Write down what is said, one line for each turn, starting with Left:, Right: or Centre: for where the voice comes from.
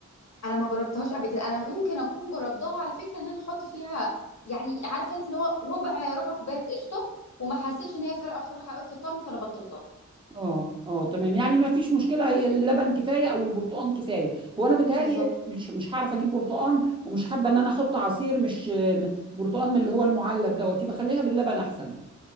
Left: انا ما جربتهاش قبل كده انا ممكن اكون جربتها على فكره ان انا احط فيها يعني عارفه انت اللي هو ربع ربع كوبايه قشطه وما حسيتش ان هي فارقه بصراحه قوي في الطعم فانا بطلتها
Right: اه اه تمام يعني ما فيش مشكله هي اللبن كفايه او البرتقال كفايه هو انا بتهيألي
Left: بالظبط.
Right: مش مش هعرف اجيب برتقال ومش حابه ان انا احط عصير مش م- برتقال من اللي هو المعلب دوت يبقى خليها باللبن احسن